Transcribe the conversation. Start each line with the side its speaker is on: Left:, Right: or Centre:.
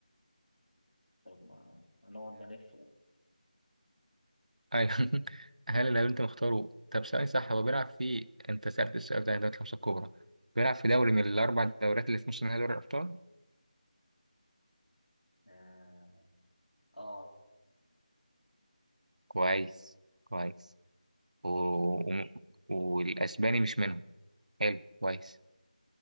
Left: طب ما هنقعد نلف
Right: أيوة. <laughs> هل اللي أنت مختاره طب ثواني صح هو بيلعب في أنت سألت السؤال ده دوري الخمسة الكبرى بيلعب في دوري من الأربع دوريات اللي في نص نهائي دوري الأبطال
Left: آه آه.
Right: كويس كويس و... و... والأسباني مش منهم حلو كويس